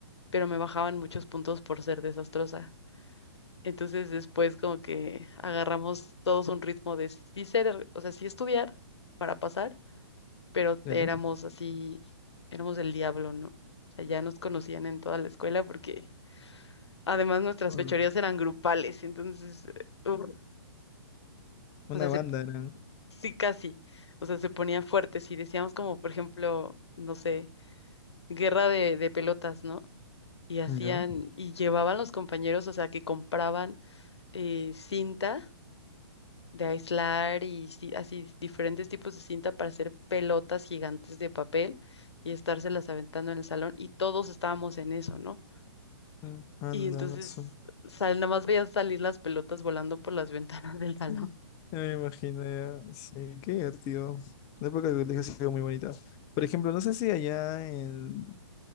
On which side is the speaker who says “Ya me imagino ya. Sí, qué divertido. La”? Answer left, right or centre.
Left